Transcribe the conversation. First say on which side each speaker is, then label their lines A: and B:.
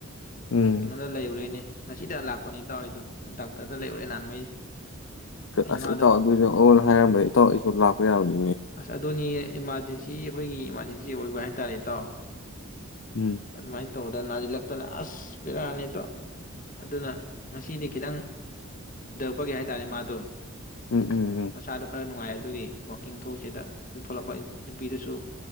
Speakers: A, on the left; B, on the left.
A: ꯎꯝ
B: ꯀꯩꯅꯣꯇ ꯂꯩꯔꯨꯔꯦꯅꯦ ꯉꯁꯤꯗ ꯂꯥꯛꯄꯅꯦ ꯏꯇꯥꯎ ꯑꯩꯗꯣ ꯗꯥꯛꯇꯔꯗ ꯂꯩꯔꯨꯔꯦ꯫ ꯅꯍꯥꯟꯃꯩ ꯏꯃꯥꯗꯣ
A: ꯑꯁ ꯏꯇꯥꯑꯣ ꯗꯨ ꯑꯣ ꯍꯥꯏꯔꯝꯃꯦ꯫ ꯑꯩꯗꯣ ꯂꯥꯛꯄ ꯌꯥꯕꯅꯤ꯫
B: ꯑꯁ ꯑꯗꯨꯅꯤꯅꯦ꯫ ꯏꯃꯥꯔꯖꯦꯟꯁꯤ ꯑꯩꯈꯣꯏꯒꯤ ꯏꯃꯥꯔꯖꯦꯟꯁꯤ ꯑꯣꯏꯕ ꯍꯥꯏꯇꯥꯔꯦ ꯏꯇꯥꯎ꯫
A: ꯎꯝ
B: ꯑꯗꯨꯃꯥꯏ ꯇꯧꯗꯅ ꯅꯥꯁꯤꯜꯂꯛꯇꯅ ꯑꯁ ꯕꯦꯔꯥꯅꯤꯗꯣ ꯑꯗꯨꯅ ꯉꯁꯤꯗꯤ ꯈꯤꯇꯪ ꯄ ꯍꯥꯏꯇꯥꯔꯦ ꯃꯥꯗꯣ꯫
A: ꯎꯝ ꯎꯝ ꯎꯝ
B: ꯃꯁꯥꯁꯨ ꯈꯔ ꯅꯨꯡꯉꯥꯏꯔꯦ꯫ ꯑꯗꯨꯒꯤ ꯋꯥꯛꯀꯤꯡ ꯊꯣꯛꯁꯤꯗ ꯊꯣꯛꯂꯛꯄ ꯅꯨꯄꯤꯗꯨꯁꯨ